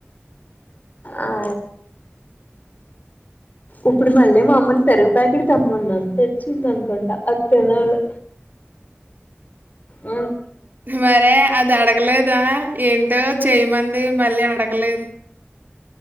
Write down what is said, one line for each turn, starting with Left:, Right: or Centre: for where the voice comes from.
Left: ఔ ఇప్పుడు మళ్ళీ మా అమ్మని పెరుగు పాకిడ్ తెమ్మన్నాను తెచ్చింది అనుకోంటా అది తినాలె ఊ
Right: మరే అది అడగలేదా ఏం టో చెయ్యమంది మళ్ళీ అడగలేదు